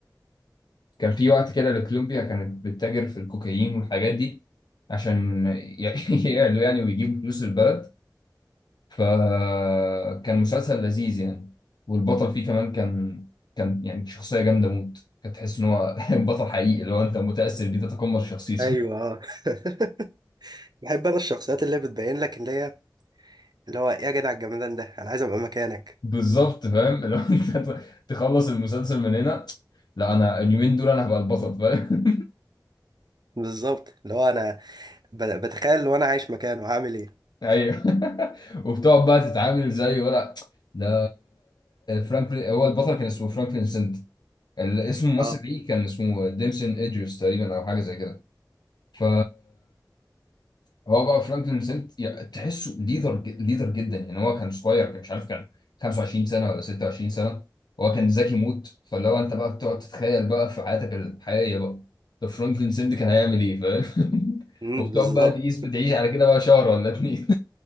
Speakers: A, on the left; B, on the right.
A: كان في وقت كده لكولومبيا كانت بتتاجر في الكوكايين والحاجات دي عشان ي- <laughs> يعلوا يعني ويجيبوا فلوس البلد فكان مسلسل لذيذ يعني والبطل فيه كمان كان كان يعني شخصية جامدة موت كنت تحس ان هو <laughs> بطل حقيقي اللي هو انت متأثر بيه تتقمص شخصيته
B: ايوه آه. <laughs> بحب انا الشخصيات اللي بتبين لك اللي هي اللي هو ايه يا جدع الجمدان ده انا عايز ابقى مكانك
A: <laughs> بالظبط فاهم اللي هو انت <laughs> ت- تخلص المسلسل من هنا لا انا اليومين دول انا هبقى البطل فاهم
B: بالظبط اللي هو انا ب- بتخيل لو انا عايش مكانه هعمل ايه
A: ايوه <laughs> وبتقعد بقى تتعامل زيه ولا ده فرانكلين هو البطل كان اسمه فرانكلين سنت ال- اسم الممثل
B: اه
A: ليه كان اسمه ديمسون ادريس تقريبا او حاجه زي كده ف هو بقى فرانكلين سنت يعني تحسه ليدر ليدر جدا يعني هو كان صغير كان مش عارف كان 25 سنه ولا 26 سنه هو كان ذكي موت فلو انت بقى بتقعد تتخيل بقى في حياتك الحقيقيه بقى طب فرانكلين سنت كان هيعمل ايه فاهم <laughs>
B: امم
A: وبتقعد
B: بالظبط
A: بقى تقيس بتعيش على كده بقى شهر ولا اتنين